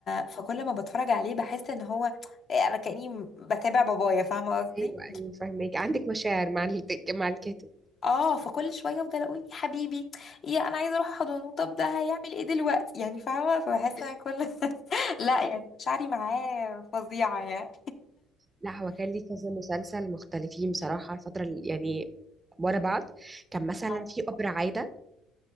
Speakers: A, on the left; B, on the right.
A: فكل ما بتفرج عليه بحس ان هو إيه، انا كاني بتابع بابايا فاهمه قصدي
B: ايوه ايوه فاهمك عندك مشاعر مع ال- مع الكاتب
A: اه فكل شويه افضل اقول يا حبيبي يا انا عايزه اروح احضنه طب ده هيعمل ايه دلوقتي يعني فاهمه فبحس ان كل <laughs> لا يعني مشاعري معاه فظيعه يعني
B: لا هو كان ليه كذا مسلسل مختلفين بصراحه الفتره اللي يعني ورا بعض كان مثلا
A: آه.
B: في أبرة عايده